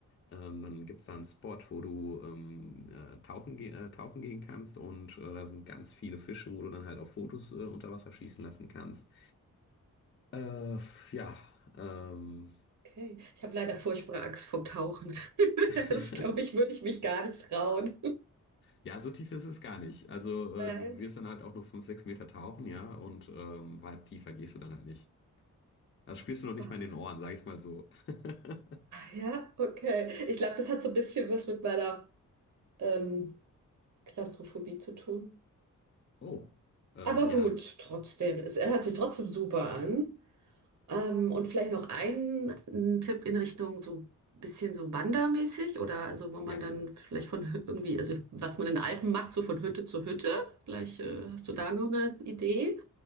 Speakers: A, on the left; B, on the right.
A: Ähm, dann gibt es da einen Spot, wo du ähm, äh, tauchen, ge äh, tauchen gehen kannst und äh, da sind ganz viele Fische, wo du dann halt auch Fotos äh, unter Wasser schießen lassen kannst. Äh, ja, ähm.
B: Okay. Ich habe leider furchtbare Angst vom Tauchen. <laughs>
A: <laughs>
B: Das, glaube ich, würde ich mich gar nicht trauen.
A: Ja, so tief ist es gar nicht. Also äh,
B: Nein.
A: du wirst dann halt auch nur 5, 6 Meter tauchen, ja, und ähm, weit tiefer gehst du dann halt nicht. Das spürst du noch nicht
B: Ah,
A: mal in den Ohren, sag ich's mal so. <laughs>
B: Ja, okay. Ich glaube, das hat so ein bisschen was mit meiner ähm, Klaustrophobie zu tun.
A: Oh, ähm,
B: Aber
A: ja,
B: gut, trotzdem, es hört sich trotzdem super an. Ähm, und vielleicht noch ein, ein Tipp in Richtung so ein bisschen so wandermäßig oder also wo man
A: ja
B: dann
A: klar.
B: vielleicht von Hü- irgendwie, also was man in den Alpen macht, so von Hütte zu Hütte. Vielleicht äh, hast du da noch eine Idee?